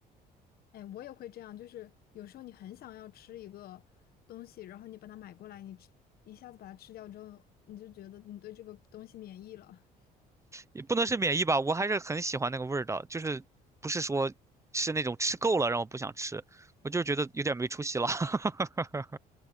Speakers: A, on the left (about 65°); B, on the right (about 15°).
A: 哎，我也会这样，就是有时候你很想要吃一个东西，然后你把它买过来，你吃一下子把它吃掉之后，你就觉得你对这个东西免疫了。
B: 也不能是免疫吧，我还是很喜欢那个味儿的，就是不是说吃那种吃够了让我不想吃，我就是觉得有点没出息了。<laughs>